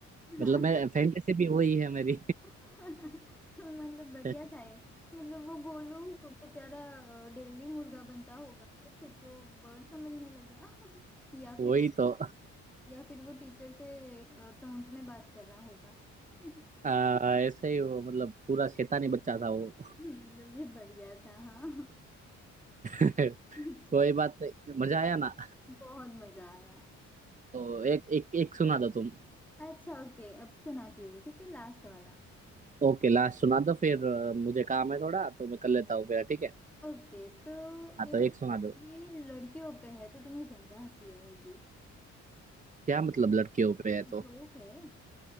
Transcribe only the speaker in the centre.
हाँ
<laughs> मतलब बढ़िया
था ये मतलब वो गोलू बेचारा डेली मुर्गा बनता होगा तो खुद को बर्ड समझने लगा <laughs> या
फिर वो
या फिर वो टीचर से टोंट में बात कर रहा होगा <laughs>
मतलब ये बढ़िया था हाँ
अच्छा
बहुत मजा आया
अच्छा ओके अब सुनाती हूँ ठीक है लास्ट वाला
ओके तो
एक
ये लड़कियों पे है तो तुम्हें ज्यादा हंसी आएगी
जोक है